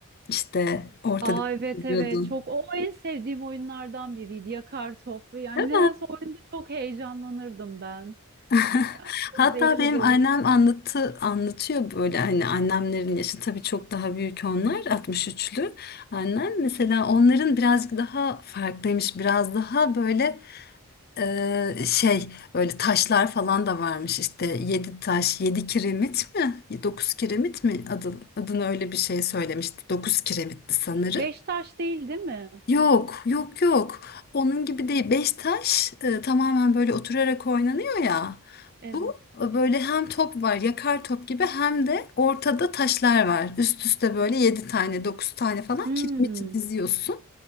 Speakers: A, on the left; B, on the right.
A: işte ortada
B: Aa evet
A: <laughs> yiyordun
B: evet çok o en sevdiğim oyunlardan biriydi yakar top yani
A: değil
B: nedense oyunda çok heyecanlanırdım ben
A: <laughs>
B: yani çok
A: Hatta
B: zevkli
A: benim
B: bir oyun
A: annem anlatı anlatıyor böyle hani annemlerin yaşı tabii çok daha büyük onlar 63'lü annem mesela onların birazcık daha farklıymış biraz daha böyle e, şey böyle taşlar falan da varmış işte 7 taş 7 kiremit mi 9 kiremit mi adı, adını öyle bir şey söylemişti 9 kiremitti sanırım.
B: Beş taş değil değil mi?
A: Yok, yok, yok. Onun gibi değil. Beş taş e, tamamen böyle oturarak oynanıyor ya.
B: Evet.
A: Bu e, böyle hem top var, yakar top gibi hem de ortada taşlar var. Üst üste böyle yedi tane, dokuz tane falan
B: Hmm.
A: kiremiti diziyorsun.